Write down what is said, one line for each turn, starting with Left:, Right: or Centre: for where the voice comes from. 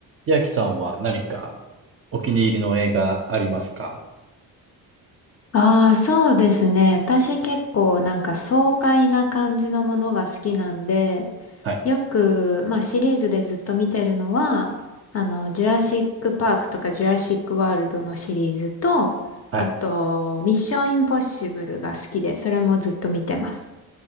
Right: 千秋さんは何かお気に入りの映画ありますか
Left: ああ、そうですね。私結構なんか爽快な感じのものが好きなんで、
Right: はい。
Left: よく、まあシリーズでずっと見てるのは、あの、ジュラシックパークとかジュラシックワールドのシリーズと、
Right: はい。
Left: あと、ミッションインポッシブルが好きで、それもずっと見てます。